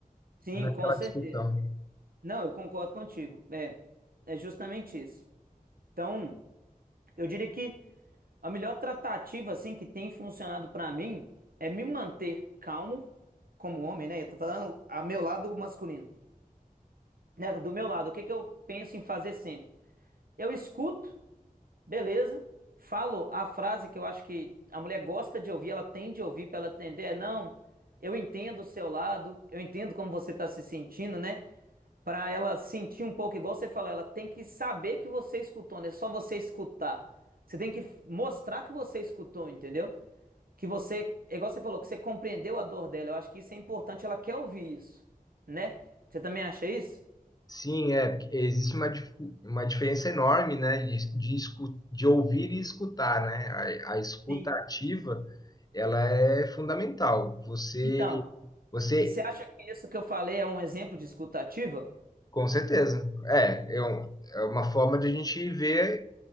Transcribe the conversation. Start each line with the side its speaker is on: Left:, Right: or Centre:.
Right: Sim,
Left: naquela
Right: com certeza.
Left: discussão.
Right: Não, eu concordo contigo. É, é justamente isso. Então, eu diria que a melhor tratativa assim que tem funcionado pra mim é me manter calmo como homem, né? Eu tô falando a meu lado masculino, né? Do meu lado, o que que eu penso em fazer sempre? Eu escuto Beleza? Falo a frase que eu acho que a mulher gosta de ouvir, ela tende a ouvir para ela atender, é não, eu entendo o seu lado, eu entendo como você está se sentindo, né? Para ela sentir um pouco, igual você falou, ela tem que saber que você escutou, não é só você escutar. Você tem que mostrar que você escutou, entendeu? que você, é igual você falou, que você compreendeu a dor dela. Eu acho que isso é importante, ela quer ouvir isso, né? Você também acha isso?
Left: Sim, é, existe uma, difu- uma diferença enorme, né, de, de, escu- de ouvir e escutar, né? A, a escuta
Right: Sim.
Left: ativa, ela é fundamental. Você,
Right: Então,
Left: você,
Right: e você acha que isso que eu falei é um exemplo de escutativa?
Left: com certeza, é, é, um- é uma forma de a gente ver